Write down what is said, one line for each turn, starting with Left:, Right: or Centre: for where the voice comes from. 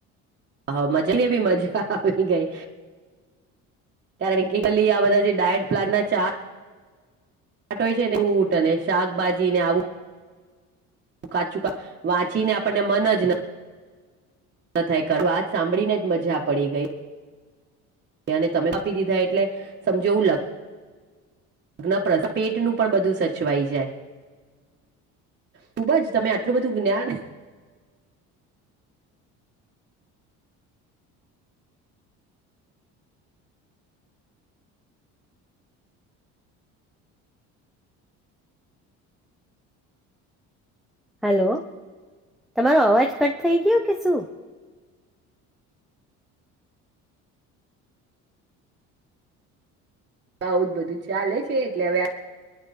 Right: હ મજા ને એ બી મજા આવી ગઈ. કારણ કે કલી આ બધા જે ડાયટ પ્લાન ચાટ હોય છે ને ફ્રુટ શાકભાજી આવું કાચું વાંચી ને આપણને મન જ ન થાય કરવા, વાત સાંભળી ને જ મજા પડી ગઈ. ને તમે કાપી દીધા એટલે સમજ એવું લ નપ્રશ પેટનું પણ બધું સચવાઈ જાય. ખૂબ જ તમે આટલું બધું જ્ઞાન
Centre: હલો તમારો અવાજ કટ થઈ ગયો કે શું?
Right: આઉ જ બધું ચાલે છે એટલે હવે